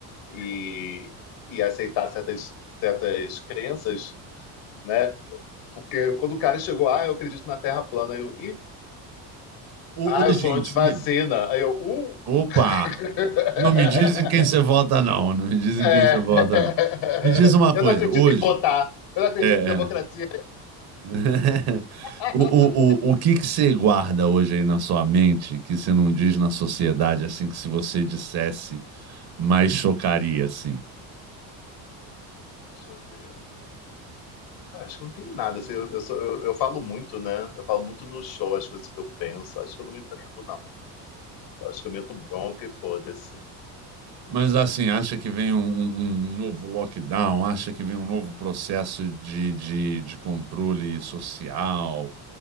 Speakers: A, on the left (about 70°); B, on the right (about 55°).
A: e, e aceitar certas, certas crenças, né? Porque quando o cara chegou, ah, eu acredito na Terra plana, eu, e,
B: O-
A: ah,
B: hoje
A: eu sou
B: em
A: antivacina.
B: si,
A: Aí eu, uh!
B: opa,
A: <laughs>
B: Não me dizem quem você vota, não. Não me dizem
A: É.
B: quem você vota, não. Me diz uma coisa,
A: Eu não acredito
B: hoje.
A: em votar, eu não acredito
B: É.
A: em democracia.
B: é. <laughs>
A: <laughs>
B: O, o, o, o que que você guarda hoje aí na sua mente que você não diz na sociedade, assim, que se você dissesse, mais chocaria, assim?
A: Deixa eu ver. Ah, Acho que não tem nada. assim, eu, eu, sou- eu, eu falo muito, né? Eu falo muito no show as coisas que eu penso. Acho que eu não me prendo, não. Eu acho que eu meto bronca e foda-se.
B: Mas, assim, acha que vem um, um- um novo lockdown? Acha que vem um novo processo de, de, de controle social?